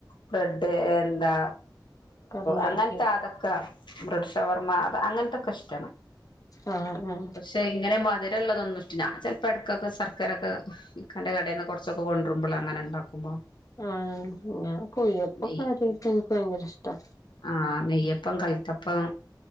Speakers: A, on the left (about 90°); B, on the left (about 50°).
A: ബ്രെഡ് എന്താ
B: കട്ലേറ്റ്
A: അങ്ങേത്ത അതൊക്കെ ബ്രഡ്ഷവർമ്മ അങ്ങനെത്തൊക്കെ ഇഷ്ട്ടാണ്
B: ആഹ് ആഹ്
A: ക്ഷെ ഇങ്ങനെ മധുര ഉള്ളൊതൊന്നു ഇ ഞാ ചെലപ്പോ ക്കൊക്കെ സർക്കാരൊക്കെ ഇക്കന്റെ കടേന്ന് കൊറ്ച്ചൊക്കെ കൊണ്ട കുമ്പളെ അങ്ങനെണ്ടാക്കുമ്പോ
B: ആഹ് കുഴിയപ്പ
A: നെയ്
B: കാര്യയിട്ട് ഇന്ക്ക് ഭയങ്കര ഇഷ്ട്ടാ
A: ആഹ് നെയ്യപ്പം കല്ത്തപ്പം